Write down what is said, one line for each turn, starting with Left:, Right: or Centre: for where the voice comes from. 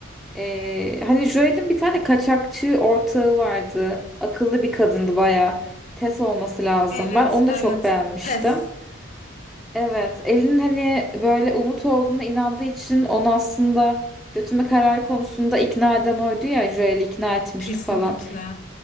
Centre: Ee, hani Joel'in bir tane kaçakçı ortağı vardı. Akıllı bir kadındı baya. Tess olması lazım.
Left: Evet,
Centre: Ben onu da
Left: evet.
Centre: çok beğenmiştim.
Left: Test,
Centre: Evet, Elin hani böyle umut olduğuna inandığı için onu aslında götürme kararı konusunda ikna eden oydu ya Joel'i ikna etmişti
Left: Kesinlikle.
Centre: falan.